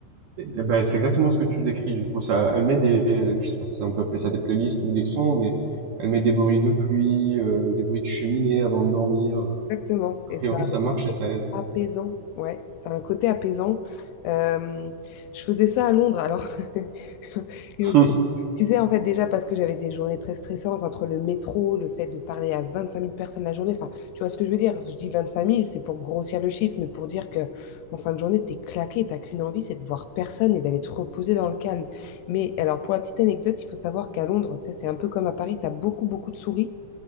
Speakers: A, on the right; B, on the left.
A: Eh ben, c'est exactement ce que tu décris, du coup. Ça, elle met des, je sais pas si on peut appeler ça des playlists ou des sons, mais elle met des bruits de pluie, euh, des bruits de cheminée avant de dormir.
B: exactement.
A: A
B: Et
A: priori,
B: ça a un
A: ça marche
B: côté
A: et ça aide.
B: apaisant. Ouais, ça a un côté apaisant. Euh, je faisais ça à Londres. Alors, <laughs> ils
A: <laughs>
B: ont Tu sais, en fait, déjà parce que j'avais des journées très stressantes entre le métro, le fait de parler à 25 000 personnes la journée. Enfin, tu vois ce que je veux dire? Je dis 25 000, c'est pour grossir le chiffre, mais pour dire que en fin de journée, t'es claqué, t'as qu'une envie, c'est de voir personne et d'aller te reposer dans le calme. Mais alors, pour la petite anecdote, il faut savoir qu'à Londres, ça, c'est un peu comme à Paris, t'as beaucoup, beaucoup de souris.